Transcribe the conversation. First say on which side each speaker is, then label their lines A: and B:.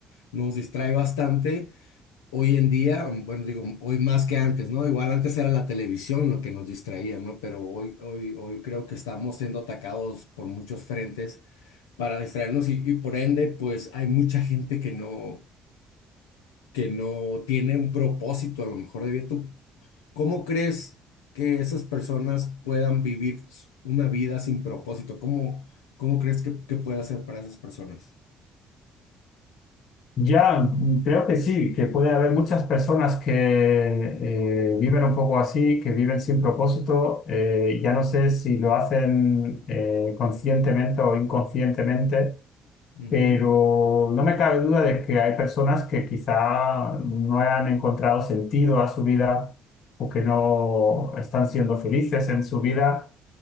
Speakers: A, on the left; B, on the left.
A: nos distrae bastante. Hoy en día, mm, bueno, digo, hoy más que antes, ¿no? Igual antes era la televisión lo que nos distraía, ¿no? Pero hoy, hoy, hoy creo que estamos siendo atacados por muchos frentes para distraernos y, y por ende, pues hay mucha gente que no que no tiene un propósito a lo mejor de vida. ¿Tú cómo crees que esas personas puedan vivir s- una vida sin propósito? ¿Cómo, cómo crees que, que puede hacer para esas personas?
B: Ya, mm, creo que sí, que puede haber muchas personas que eh, viven un poco así, que viven sin propósito. eh, ya no sé si lo hacen eh, conscientemente o inconscientemente,
A: Ujú.
B: pero no me cabe duda de que hay personas que quizá no han encontrado sentido a su vida o que no están siendo felices en su vida